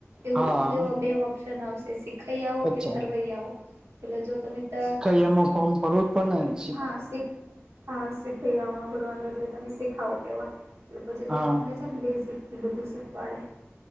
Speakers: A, on the right (about 70°); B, on the right (about 15°).
A: એવું
B: હા
A: એવા બે ઓપ્શન આવશે શીખ ખ‌ઇયાઓ
B: અચ્છા
A: કે તરવૈયાઓ એટલે જો તમે ત
B: ઈઝામનું ફોર્મ ભરવું જ પડેન
A: હા શીખ હા શીખૈયાઓમા ભરવાનું એટલે તમે શીખાવ કેવાવ એટલે પછી
B: હા
A: ત્યાં તમને છેને બેઝિકથી બધું શીખવાડે